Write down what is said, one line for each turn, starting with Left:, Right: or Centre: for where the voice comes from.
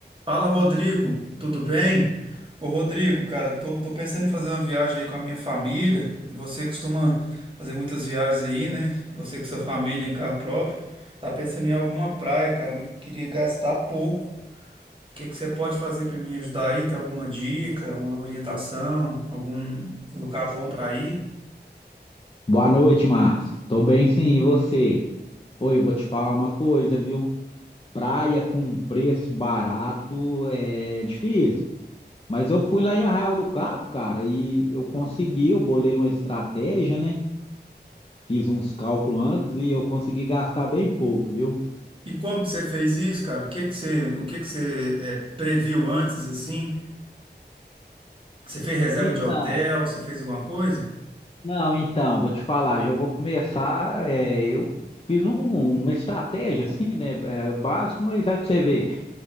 Right: Fala, Rodrigo, tudo bem? Ô, Rodrigo, cara, tô, tô pensando em fazer uma viagem aí com a minha família. E você costuma fazer muitas viagens aí, né? Você com sua família em carro próprio. Tá pensando em alguma praia, cara, mas queria gastar pouco. O que que você pode fazer para me ajudar aí? Tem alguma dica, uma orientação, algum lugar bom para ir?
Left: Boa noite, Márcio. Tô bem sim, e você? Oi, eu vou te falar uma coisa, viu? Praia com preço barato é difícil. Mas eu fui lá em Arraial do Cabo, cara, e eu consegui, eu bolei uma estratégia, né? Fiz uns cálculos antes e eu consegui gastar bem pouco, viu?
Right: E como que você fez isso, cara? O que que você, o que que você eh, previu antes, assim? Você fez reserva
Left: Então,
Right: de hotel? Você fez alguma coisa?
Left: não, então, vou te falar, já vou começar, é, eu fiz um- uma estratégia assim, né? É, básico, mas aí pra você ver.